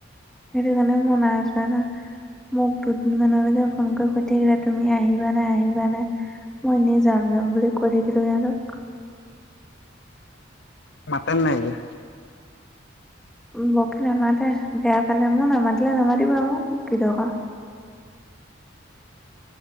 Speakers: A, in the centre; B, on the left.
A: সেইটো কাৰণে ময় নাই যোৱা ন। মোক দুদিন মানৰ আগতে ফোন কৰি সুধি থাকিলে তুমি আহিবা নাই আহিবা নাই। মই এনেই যাম যাম বুলি কৈ থাকিলোঁ সিহঁতক।
B: মাতে নে নাই এতিয়া।
A: বকে নামাতে বেয়া পালে মোক নামাতিলে নামাতিব আক মোৰ কি দৰকা।